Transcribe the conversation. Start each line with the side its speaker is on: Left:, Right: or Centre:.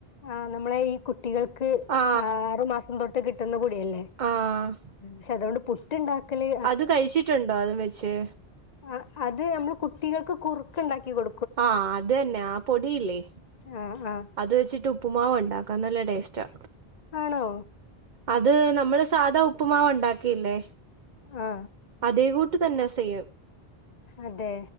Left: ആ നമ്മളെ ഈ കുട്ടികൾക്ക്
Right: ആ
Left: ആറു മാസം തൊട്ട് കിട്ടുന്ന പൊടിയല്ലേ
Right: ആഹ്
Left: ക്ഷെ അതുകൊണ്ട് പുട് ത്ണ്ടാക്കല്
Right: അത് കഴിച്ചിട്ടുണ്ടോ അത് വെച്ച്
Left: ആ അത് നമ്മള് കുട്ടികൾക്ക് കുറു ക്കണ്ടാക്കികൊ ടു
Right: ആഹ് അത് തന്നെ ആ പൊടിയില്ലേ
Left: ആഹ് ആഹ്
Right: അത് വെച്ചിട്ട് ഉപ്പുമാവ്ണ്ടാക്ക, നല്ല ടേസ്റ്റാ!
Left: ആണോ?
Right: അത് നമ്മള് സാധാ ഉപ്പുമാവ് ഉണ്ടാക്കിയില്ലേ
Left: ആ
Right: അതേ കൂ ട്ട് തന്നെ സെയ്യ്
Left: അതെ